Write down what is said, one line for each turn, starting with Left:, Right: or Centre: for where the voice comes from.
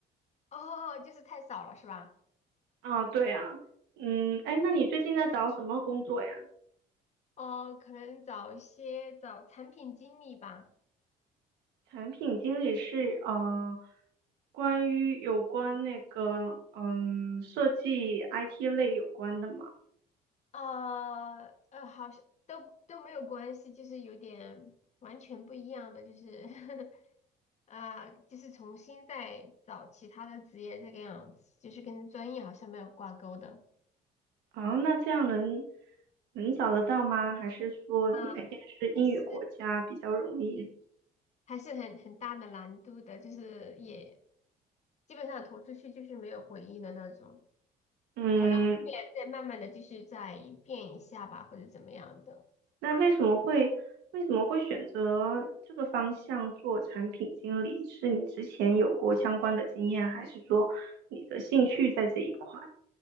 Left: 哦，就是太少了是吧？
Right: 啊，对啊，嗯，哎，那你最近在找什么工作呀？
Left: 哦，可能找一些找产品经理吧。
Right: 产品经理是嗯、呃关于有关那个嗯设计 IT 类有关的嘛？
Left: 呃呃，好像都都没有关系，就是有点完全不一样的，就是 <laughs> 啊、就是重新再找其他的职业这个样子，就是跟专业好像没有挂钩的
Right: 啊，那这样能能找得到吗？还是说你那边是英语国家比较容易？
Left: 啊，还是还是很很大的难度的，就是也基本上投出去就是没有回应的那种。
Right: 嗯，
Left: 可能后面再慢慢的就是再变一下吧，或者怎么样的，
Right: 那为什么会为什么会选择这个方向做产品经理？是你之前有过相关的经验，还是说你的兴趣在这一块？